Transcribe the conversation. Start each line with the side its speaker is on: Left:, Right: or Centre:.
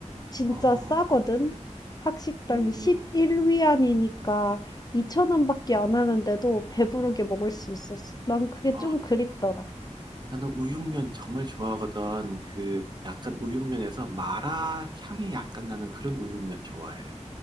Left: 진짜
Right: 어.
Left: 싸거든. 학식당이
Right: 음.
Left: 11 위안이니까 2천 원밖에 안 하는데도 배부르게 먹을 수 있었어. 난 그게
Right: 어
Left: 좀 그립더라.
Right: 나는 우육면 정말 좋아하거든. 그 약간 우육면에서 마라 향이 약간 나는 그런 우육면 좋아해.